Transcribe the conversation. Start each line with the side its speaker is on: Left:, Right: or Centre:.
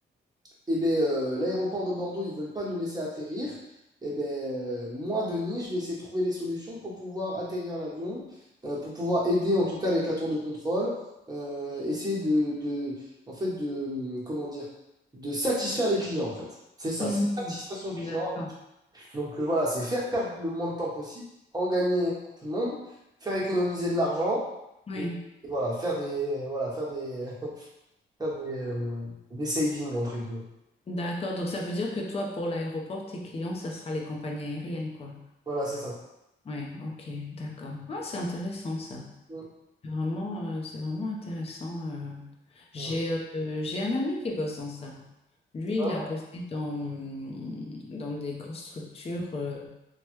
Right: eh ben, euh, l'aéroport de Bordeaux, ils veulent pas nous laisser atterrir. Eh ben, euh, moi, Denis, je vais essayer de trouver des solutions pour pouvoir atterrir l'avion, euh, pour pouvoir aider, en tout cas avec la tour de contrôle, euh, essayer de, de, en fait, de, comment dire, de satisfaire les clients, en fait. C'est ça,
Left: Mhm.
Right: c'est satisfaire son
Left: D'accord.
Right: client. Donc euh, voilà, c'est faire perdre le moins de temps possible, en gagner pour tout le monde, faire économiser de l'argent
Left: Oui.
Right: et, et voilà, faire des, euh, voilà, faire des, <laughs> faire des, euh, des savings, entre guillemets.
Left: D'accord. Donc, ça veut dire que toi, pour l'aéroport, tes clients, ça sera les compagnies aériennes, quoi.
Right: Voilà, c'est ça.
Left: Ouais, OK, d'accord. Ah, c'est intéressant ça.
Right: Mm.
Left: C'est vraiment, euh, c'est vraiment intéressant. euh. J'ai
Right: Ouais.
Left: euh, j'ai un ami qui bosse dans ça. Lui,
Right: Ah
Left: il
Right: ouais?
Left: a bossé dans, mm, dans des grosses structures, euh,